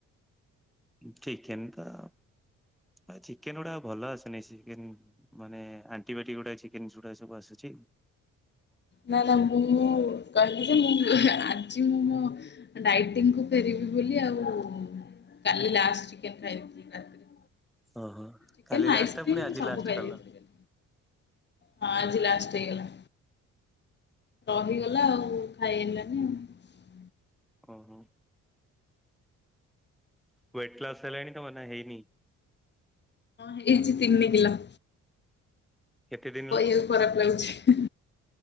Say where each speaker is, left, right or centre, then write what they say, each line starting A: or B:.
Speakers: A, in the centre; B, on the left.
A: ଉଁ ଚିକେନ ତ ଆଉ ଏ ଚିକେନଗୁଡା ଆଉ ଭଲ ଅସୁନେଇ ସ୍ ଚିକେନ୍ ମାନେ ଆଣ୍ଟିବାୟୋଟିକ ଗୁଟାଏ ଚିକେନଗୁଡା ସବୁ ଆସୁଚି।
B: ନା ନା ମୁ-ମୁଁ କହିଲି ଯେ ମୁଁ ଆଜି ମୁଁ ମୋ ଡାଇଟିଙ୍ଗକୁ ଫେରିବି ବୋଲି ଆଉ କାଲି ଲାଷ୍ଟ ଚିକେନ ଖାଇଦେଇଥିଲି ରାତିରେ।
A: ଓହୋ
B: ଚିକେନ
A: କାଲି
B: ଆଇସକ୍ରିମ୍
A: ଲାଷ୍ଟ ଟା ପୁଣି ଆଜି
B: ସବୁ
A: ଲାଷ୍ଟ
B: ଖାଇଦେଇଥିଲି
A: କଲ।
B: କାଲି ହଁ ଆଜି ଲାଷ୍ଟ୍। ହେଇଗଲା ରହିଗଲା ଆଉ ଖାଇ ହେଲାନି ଆଉ।
A: ଓହୋ। ୱେଟ ଲସ୍ ହେଲାଣି ତମର ନା ହେଇନି
B: ହେଇଚି ତିନି କିଲ।
A: କେତେ ଦିନ ହେଲା?
B: କହିବାକୁ ଖରାପ ଲାଗୁଛି।